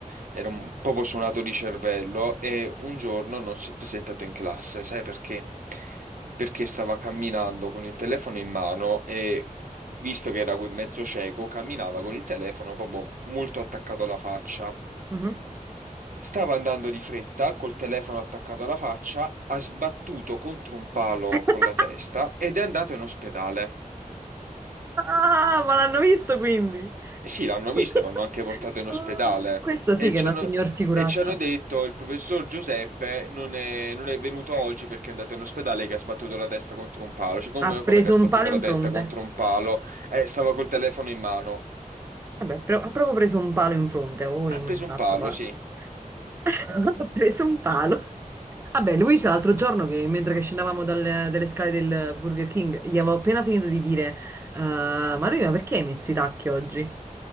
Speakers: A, on the right (about 70°); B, on the right (about 15°).
A: era un proprio suonato di cervello e un giorno non si è presentato in classe, sai perché? Perché stava camminando con il telefono in mano e, visto che era mezzo cieco, camminava con il telefono proprio molto attaccato alla faccia.
B: Mhm.
A: Stava andando di fretta, col telefono attaccato alla faccia, ha sbattuto contro un palo
B: <laughs>
A: con la testa ed è andato in ospedale.
B: Ah, ma l'hanno visto quindi.
A: Sì, l'hanno visto,
B: <laughs>
A: l'hanno anche portato in ospedale
B: Oh, Questa sì
A: e
B: che
A: ci
B: è una
A: hanno,
B: signor figuraccia.
A: e ci hanno detto il professor Giuseppe non è, non è venuto oggi perché è andato in ospedale che ha sbattuto la testa contro un palo. Cioè, come,
B: Ha preso
A: come che ha sbattuto
B: un palo in
A: la testa
B: fronte.
A: contro un palo? Eh, stava col telefono in mano.
B: Vabbè, pre- ha proprio preso un palo in fronte o in
A: Ha preso
B: un
A: un
B: altro,
A: palo,
B: ma
A: sì.
B: <laughs> ha preso un palo. Vabbè, Luisa,
A: Sì.
B: l'altro giorno, che, mentre che scendevamo dalle, dalle scale del Burger King, gli avevo appena finito di dire, "Eh, ma lui, ma perché hai messo i tacchi oggi?